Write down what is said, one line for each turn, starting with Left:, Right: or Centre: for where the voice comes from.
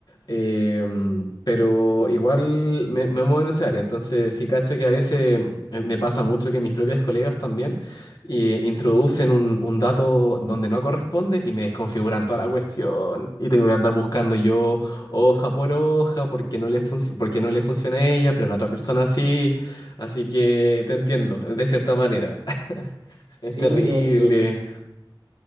Left: em, pero igual me, me muevo en esa área. Entonces sí cacho que a veces eh, me pasa mucho que mis propias colegas también eh, introducen un, un dato donde no corresponde y me desconfiguran toda la cuestión y tengo que andar buscando yo hoja por hoja porque no le func- porque no le funciona a ella, pero a la otra persona sí. Así que te entiendo, de cierta manera. <laughs> Es
Right: Sí,
Left: terrible,
Right: no, entonces,